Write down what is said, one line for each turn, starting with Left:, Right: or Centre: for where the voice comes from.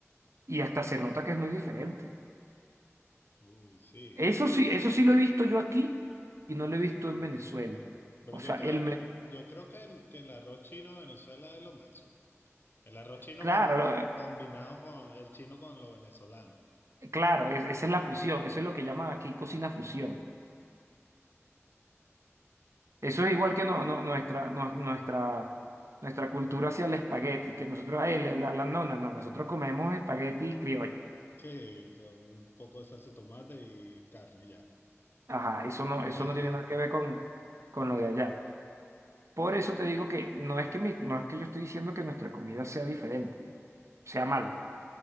Right: y hasta se nota que es muy diferente.
Left: Uy, sí.
Right: Eso sí, eso sí lo he visto yo aquí y no lo he visto en Venezuela.
Left: Pero
Right: O
Left: yo
Right: sea,
Left: creo,
Right: el me-
Left: yo, yo creo que el, que el arroz chino de Venezuela es lo máximo. El arroz chino
Right: claro,
Left: con- con- combinado con el chino con lo venezolano.
Right: Claro, es- esa es la fusión, eso es lo que llaman aquí cocina fusión. Eso es igual que no, no- nuestra, no- nuestra, nuestra cultura hacia el espagueti, que nosotros, ay, la, la- la- no, no, no, nosotros comemos espagueti criollo.
Left: Sí, con un poco de salsa de tomate y carne y ya.
Right: Ajá, eso no,
Left: <laughs>
Right: eso no tiene nada que ver con, con lo de allá. Por eso te digo que no es que mi, no es que yo estoy diciendo que nuestra comida sea diferente, sea mala.